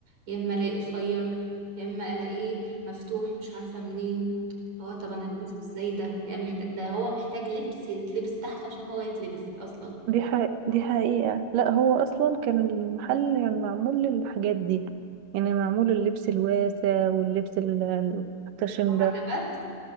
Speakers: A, on the right; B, on the right.
A: يا اما الاقيه قصير يا اما الاقيه مفتوح مش عارفه منين هو طب انا هلبسه ازاي ده يعني محتاج ده هو محتاج لبس يتلبس تحت عشان هو يتلبس اصلا
B: دي ح... دي حقيقة لا هو اصلا كان المحل يعني معمول للحاجات دي يعني معمول اللبس الواسع واللبس ال- المحتشم
A: محجبات
B: ده